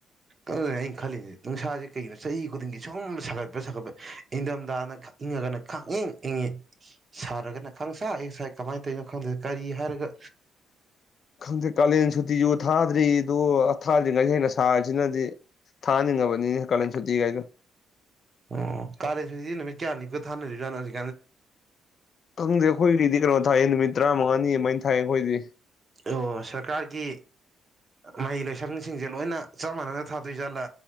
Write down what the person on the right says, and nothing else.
ꯑꯗꯨꯅ ꯑꯩꯅ ꯈꯜꯂꯤꯁꯦ ꯅꯨꯡꯁꯥꯁꯦ ꯀꯩꯒꯤꯅꯣ ꯆꯍꯤ ꯈꯨꯗꯤꯡꯒꯤ ꯁꯨꯝ ꯁꯥꯒꯠꯄ ꯁꯥꯒꯠꯄ ꯏꯪꯊꯝꯊꯥꯅ ꯈ ꯏꯪꯉꯒꯅ ꯈꯛꯏꯪ ꯏꯪꯉꯤ ꯁꯥꯔꯒꯅ ꯈꯪꯁꯥ ꯑꯩ ꯁꯥꯏ ꯀꯃꯥꯏꯅ ꯇꯧꯅꯣ ꯈꯪꯗꯦ ꯀꯔꯤ ꯍꯥꯏꯔꯒ
ꯑꯣ ꯀꯥꯂꯦ ꯐꯅ ꯀꯌꯥꯅꯤ ꯀ ꯊꯥꯅꯁꯨꯁꯤ
ꯑꯣ ꯁꯔꯀꯥꯔꯒꯤ ꯃꯍꯩ ꯂꯣꯏꯁꯪꯁꯤꯡꯁꯦ ꯂꯣꯏꯅ ꯆꯞ ꯃꯥꯟꯅꯅ ꯊꯥꯗꯣꯏꯖꯥꯠꯂꯥ